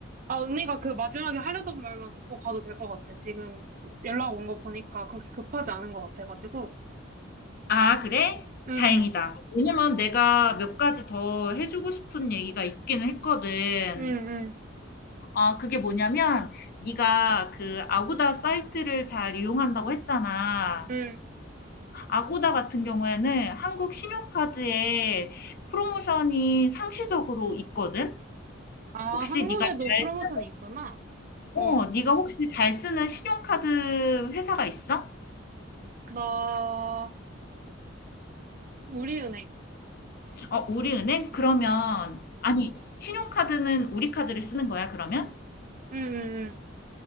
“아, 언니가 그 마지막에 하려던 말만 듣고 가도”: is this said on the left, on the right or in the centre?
Right